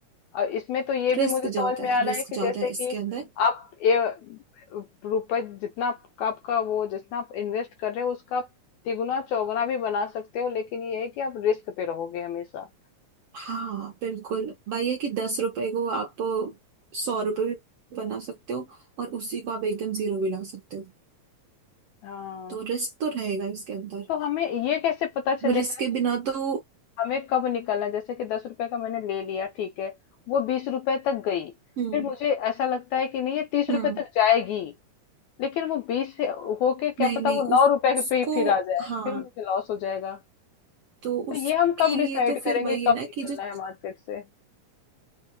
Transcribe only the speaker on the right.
रिस्क
ज्यादा
है
रिस्क
ज्यादा
है
इसके अंदर
हाँ बिल्कुल वही है कि दस रुपए को आप सौ रुपए भी बना सकते हो और उसी को आप एकदम जीरो भी ला सकते हो
तो रिस्क तो रहेगा इसके अंदर
रिस्क के
बिना तो
हम्म
हम्म
नहीं
नहीं
उस
उसको
हाँ
तो
उसके
लिए
तो
फिर वही है
ना
कि जो